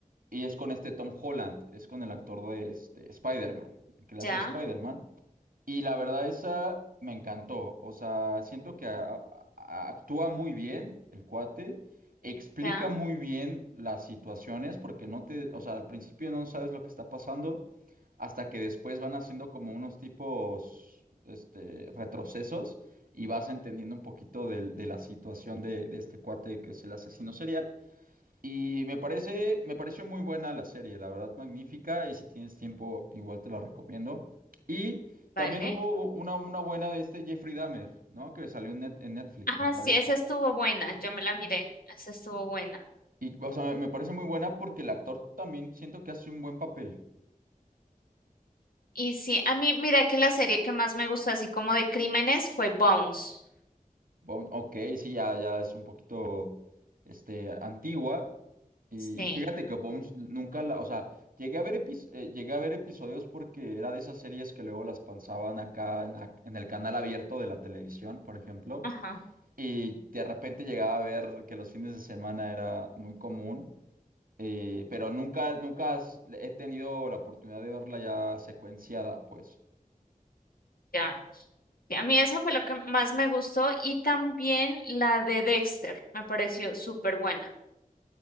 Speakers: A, on the right; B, on the left.
A: y es con este Tom Holland, es con el actor de este, Spider-Man, el que le hace
B: ya,
A: Spider-Man. Y la verdad, esa me encantó. O sea, siento que a- a- a- actúa muy bien el cuate, explica
B: ya,
A: muy bien las situaciones, porque no te, o sea, al principio no sabes lo que está pasando, hasta que después van haciendo como unos tipos, este, retrocesos y vas entendiendo un poquito del- de, la situación de, de este cuate que es el asesino serial. Y me parece, me pareció muy buena la serie, la verdad, magnífica. Y si tienes tiempo, igual te la recomiendo. Y
B: vale.
A: también hubo una, una buena de este Jeffrey Dahmer, ¿no? Que salió en, Net- en Netflix,
B: Ah,
A: me parece.
B: sí, esa estuvo buena, yo me la miré, esa estuvo buena.
A: Y, o sea, me parece muy buena porque el actor también siento que hace un buen papel.
B: Y sí, a mí, mira que la serie que más me gustó, así como de crímenes, fue Bones.
A: Bone- ok, sí, ya, ya es un poquito este, antigua. Y,
B: Sí,
A: y fíjate que Bones nunca la, o sea, llegué a ver epis- eh, llegué a ver episodios porque era de esas series que luego las pasaban acá en la- en el canal abierto de la televisión, por ejemplo.
B: ajá,
A: Y de repente llegaba a ver que los fines de semana era muy común. eh, pero nunca, nunca has- he tenido la oportunidad de verla ya secuenciada, pues.
B: ya. Sí, A mí esa fue lo que más me gustó y también la de Dexter, me pareció súper buena.